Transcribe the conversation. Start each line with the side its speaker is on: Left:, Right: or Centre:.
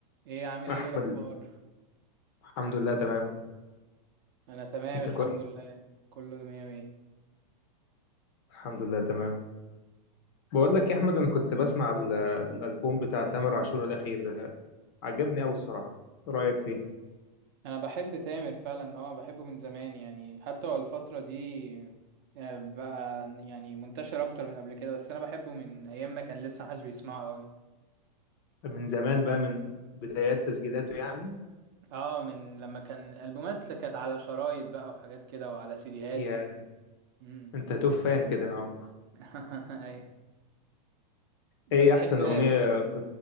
Right: ايه عامل ايه
Left: احمد
Right: إيه الاخبار
Left: الحمد لله تمام
Right: انا تمام
Left: انت
Right: الحمد
Left: كويس
Right: لله كله مية مية
Left: الحمد لله تمام بقول لك يا احمد انا كنت بسمع ال- الالبوم بتاع تامر عاشور الاخير ده عجبني قوي الصراحه إيه رايك فيه
Right: انا بحب تامر فعلا اه بحبه من زمان يعني حتى هو الفترة دي آه، بقى يعني منتشر اكتر من قبل كده بس انا بحبه من ايام ما كان لسه محدش بيسمعه قوي
Left: من زمان بقى من بدايات تسجيلاته يعني
Right: اه من لما كان البومات كانت على شرايط بقى وحاجات كده وعلى سيديهات
Left: يا
Right: امم
Left: انت توب فان كده اه
Right: <laughs> ايوه انت
Left: ايه
Right: بتحب
Left: احسن اغنيه